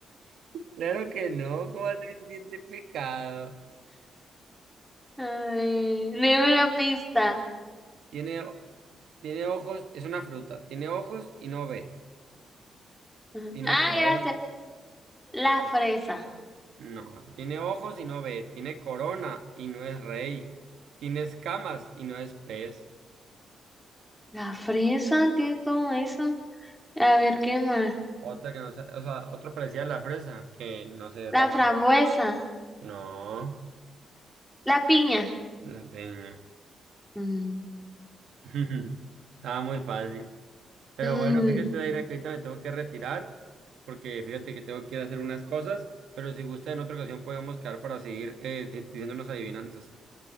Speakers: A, on the right; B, in the centre.
A: Claro que no, ¿cómo has identificado?
B: Ay, dime una pista.
A: Tiene, tiene ojos, es una fruta. Tiene ojos y no ve.
B: Ujú.
A: Tiene
B: Ah,
A: corona.
B: ya sé. La fresa.
A: No, tiene ojos y no ve, tiene corona y no es rey, tiene escamas y no es pez.
B: La fresa tiene todo eso. A ver, ¿qué más?
A: Otra que no sé, o sea, otro parecía la fresa, que no sé, es
B: La
A: la
B: frambuesa.
A: fresa. No,
B: La piña.
A: la peña.
B: Mm,
A: <laughs> Estaba muy fácil. Pero
B: mm.
A: bueno, fíjate, Daira, que ahorita me tengo que retirar, porque fíjate que tengo que ir a hacer unas cosas, pero si gusta, en otra ocasión podemos quedar para seguir eh, di- diciéndonos adivinanzas.